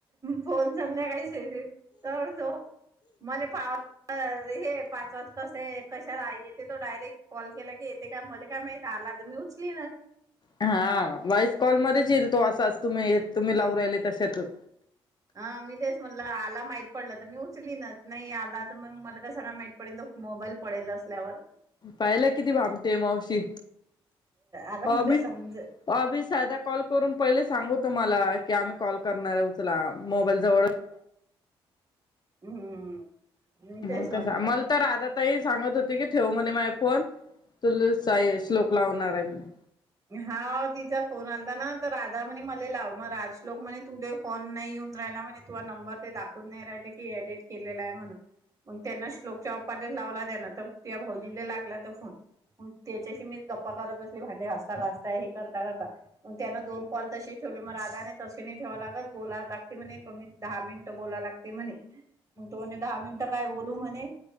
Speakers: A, on the right; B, on the left.
A: फोन संध्याकाळी से तरच हो.. मला पा हे पाच वाजता... कसे कशात येते तो डायरेक्ट कॉल केला की येते का मला काय माहीत आला तर मी उचलीनाच....
B: हा वॉइस कॉलमध्येध्येच येईल तो असाच तुम्ही तुम्ही लावू राहिले तशतच....
A: ह मी तेच म्हटलं आला माहीत पडलं तर मी उचलीन नाही आला तर मग मला का सगळना माहीत पडेल. मोबाईल पडेल असल्यावर..
B: पाहिलं किती भामटे मावशी..
A: आता मला
B: अ मीमी
A: समज
B: साधा कॉल करून पहिले सांगू तुम्हाला की आम्ही कॉल करणार आहे उचला मोबाईल जवळ..
A: हम्म.. मी तेच
B: मग
A: म्हटलं
B: तस मल तर आता... ता सांगत होती की ठेव म्हणे माझ फोन तुलाच श्लोक लावणार आहे म्हणे..
A: हा तिचा फोन आलता ना तर राधा म्हणे मला लाव मग राजलोक म्हणे तुले फोन नाही येऊन... म्हणे तु नंबर ते दाखवून नाही राहि की एडिट केलेला आहे म्हणून. मग त्यांना श्लोकच्या बापाला लावला त्यांना तर त्या भाऊजंला लागला तर फोन... त्याच्याशी मीच गप्पा करत असले भांडे घासते..... घासता हे करता करता पण त्यान दोन कॉल तशी ठेवली मग राधाने तशी ठेवा लागत बोला लाग. ते म्हणे क दहा मिनिटं बोला लागते म्हणे मग तो दहा मिनिटं काय बोलू म्हणे...